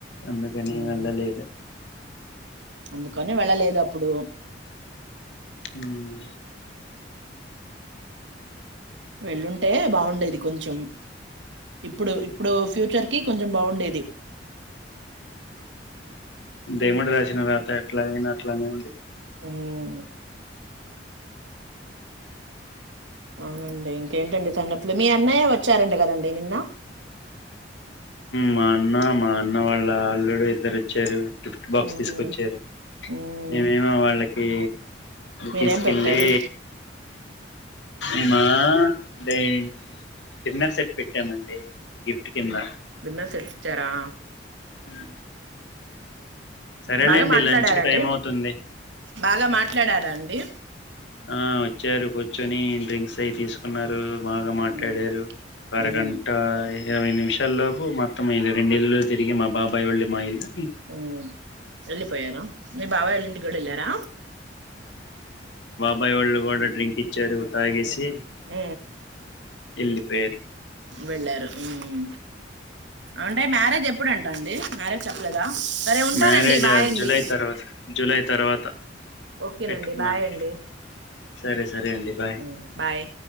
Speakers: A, on the left; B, on the right.
A: అందుకనీ
B: ఉమ్,
A: వల్ల లేదు
B: అందుకని వెళ్ళలేదు అప్పుడు
A: మ్
B: వెళ్ళుంటే బాఉండేది కొంచెం ఇప్పుడు ఇప్పుడు ఫ్యూచర్ కి కొంచెం బాఉండేది
A: దేముడి రాసిన రాత ఎట్లా ఏనా అట్లానే ఏమి
B: ఉమ్, అవునండి ఇంకేంటండి సంగతులు మీ అన్నయ్య వచ్చారండి కదండి నిన్న
A: మా అన్న మా అన్న వాళ్ళ అల్లుడు ఇద్దరు వచ్చారు గిఫ్ట్ బాక్స్
B: ఉమ్,
A: తీసుకొచ్చారు
B: ఉమ్,
A: మేమేమో వాళ్ళకి
B: మీరేం
A: తీసుకెళ్ళి
B: పెట్టారు
A: ఏమా డిన్నర్ సెట్ పెట్టామండి గిఫ్ట్ కింద
B: అన్నం తెచ్చిచ్చారా
A: <inaudible> సరేలేండి
B: బాగా మాట్లాడారండి
A: లంచ్ కి టైం అవుతుంది
B: బాగా మాట్లాడారా? ఎ
A: ఆ వచ్చారు కూర్చొని డ్రింక్స్ అయి తీసుకున్నారు బాగా మాట్లాడారు
B: ఉమ్,
A: ఒక అరగంటా
B: ఉమ్,
A: ఇరవై నిమిషాల్లోపు మొత్తం ఇళ రెండు ఇళ్లో తిరిగి మాాబాయ్ళ్ళ మా ఇళ్ళు
B: ఉం వెళ్ళిపోయారా నీ బాబాయ్ ఓళ్ళింటి కూడెల్లారా?
A: బాయోల్లు గూడ డ్రిం ఇచ్చారు తాగేసి
B: ఆ
A: ఎల్లిపోయారు
B: వెళ్ళారు మ్మ్. అంటే మ్యారేజ్ ఎప్పుడంటాండి మ్యారేజ్ చెప్పలేదా సరే ఉంటానండి
A: మ్యారేజ్
B: బాయ్ అండి
A: జూలై తర్వాత జూలై తర్వాత
B: ఓకేనండి
A: పెట్టుకున్నారు
B: బాయ్ అండి
A: సరే స సరే అండి బాయ్
B: మ్మ్, బాయ్